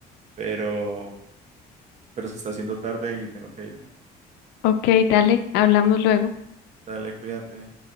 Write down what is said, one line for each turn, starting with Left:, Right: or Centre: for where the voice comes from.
Right: pero pero se está haciendo tarde y tengo que irme.
Left: Ok, dale, hablamos luego.
Right: Dale, cuídate.